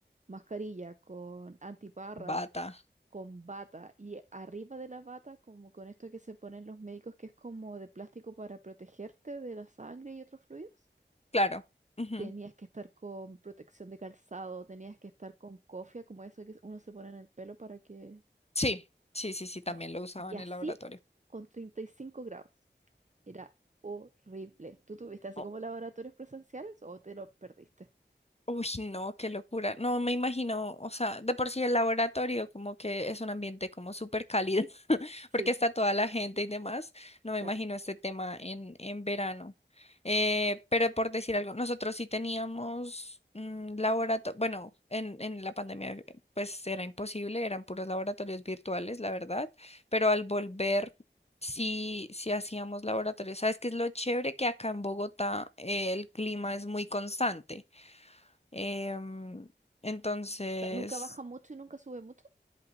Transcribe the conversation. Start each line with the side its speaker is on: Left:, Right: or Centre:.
Right: mascarilla, con antiparras
Left: bata,
Right: con bata y arriba de la bata como con esto que se ponen los médicos que es como de plástico para protegerte de la sangre y otros fluidos.
Left: claro. ujú.
Right: Tenías que estar con protección de calzado, tenías que estar con cofia, como eso que uno se pone en el pelo para que...
Left: Sí, sí, sí, sí, también
Right: No.
Left: lo usaba
Right: Y
Left: en
Right: así
Left: el laboratorio.
Right: con 35 grados. Era horrible. ¿Tú tuviste así
Left: Oh,
Right: como laboratorios presenciales o te lo perdiste?
Left: Uy, no, qué locura. No me imagino, o sea, de por sí el laboratorio como que es un ambiente como súper cálido, <laughs>
Right: Sí,
Left: porque está toda la gente y demás. No
Right: claro.
Left: me imagino este tema en, en verano. Eh, pero por decir algo, nosotros sí teníamos mm, laboratorio, bueno, en, en la pandemia eh, pues era imposible, eran puros laboratorios virtuales, la verdad, pero al volver... Sí, sí hacíamos laboratorios. ¿Sabes qué es lo chévere? Que acá en Bogotá eh, el clima es muy constante. Em, entonces,
Right: O sea, nunca baja mucho y nunca sube mucho.